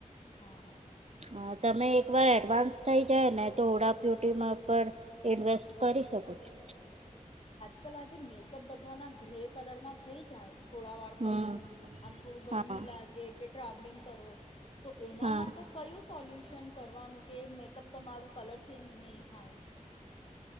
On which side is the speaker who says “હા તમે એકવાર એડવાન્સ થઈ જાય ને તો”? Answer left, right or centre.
Right